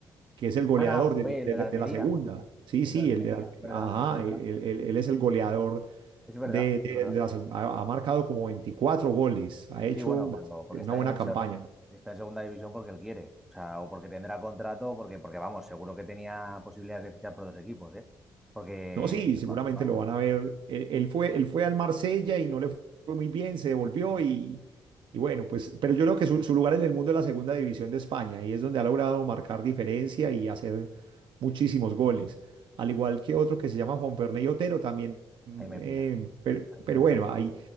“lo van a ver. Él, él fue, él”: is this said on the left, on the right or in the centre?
Right